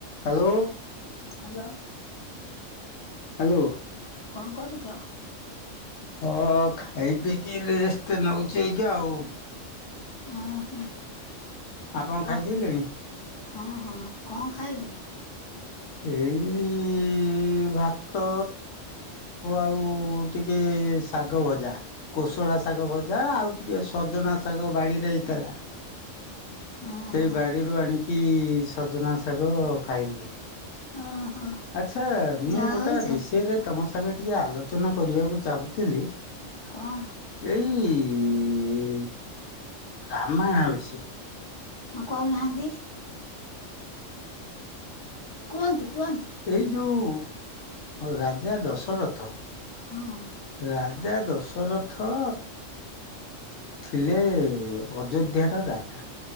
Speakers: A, on the left; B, on the left.
A: Hello
B: hello.
A: Hello
B: ହଲ କଣ କରୁଛ?
A: ହଁ ଖାଇ ପିଇକି ରେଷ୍ଟ୍ଟନଉଚି ଏଇକା ଆଉ।
B: ଓ ହୋ
A: ଆପଣ
B: କହ।
A: ଖାଇସାରିଲେଣି?
B: ହଁ ହଁ କଣ ଖାଇଲେ?
A: ଏ ଇ ଭାତ ଆଉ ଟିକେ ଶାଗ ଭଜା। କୋଶଳା ଶାଗ ଭଜା ଆଉ ଟିକେ ସଜନା ଶାଗ ବାଡିରେ ହେଇଥିଲା।
B: ହଁ
A: ସେଇ
B: ହଁ
A: ବାଡିରୁ ଆଣିକି ସଜନା ଶାଗ ଖାଇଲି।
B: ଓହୋ।
A: ଆ୍ଛା ମୁଁ
B: ଯାହା
A: ଗୋଟା
B: ହଉ ଯା
A: ବିଷୟରେ ତମ ସାଙ୍ଗେ ଟିକେ ଆଲୋଚନା କରିବାକୁ ଚାହୁଥିଲି।
B: କଣ?
A: ଏଇ ରାମାୟଣ ବିଷୟରେ
B: ହଁ କହୁ ନାହାନ୍ତି? କୁହନ୍ତୁ କୁହନ୍ତୁ।
A: ଏଇ ଯଉ ରାଜା ଦଶରଥ
B: ହଁ
A: ରାଜା ଦଶରଥ ଥିଲେ ଅଯୋଧ୍ୟାର ରାଜା